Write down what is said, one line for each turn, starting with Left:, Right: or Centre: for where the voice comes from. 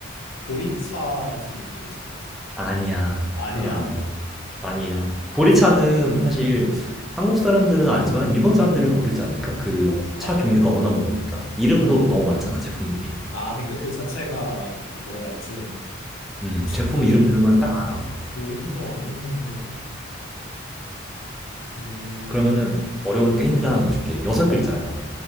Left: 보리차 같은 느낌이지.
Centre: 아니야.
Left: 아니야?
Centre: 그건 아니야. 아니야. 보리차는
Left: 아,
Centre: 사실 한국 사람들은 알지만 일본 사람들은 모르지 않을까? 그
Left: 어? 아,
Centre: 차
Left: 그래?
Centre: 종류가 워낙 많으니까. 이름도
Left: 어.
Centre: 너무 많잖아, 제품들이.
Left: 아, 그러니까 그 자체가 그거라 했지.
Centre: 음, 제품
Left: 근데
Centre: 이름 들으면 딱 알아.
Left: 우- 우유도 아니면은 음.
Centre: 그러면은 어려우니까 힌트를 하나 더 줄게. 여섯
Left: 어.
Centre: 글자야.